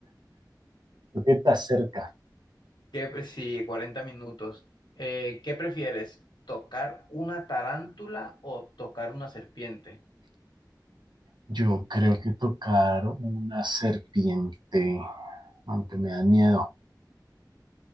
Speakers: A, on the right (about 85°); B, on the left (about 85°).
A: Creo que estás cerca.
B: ¿Qué pre- sí, 40 minutos. Eh, ¿qué prefieres? ¿Tocar una tarántula o tocar una serpiente?
A: Yo creo que tocar una serpiente, aunque me dan miedo.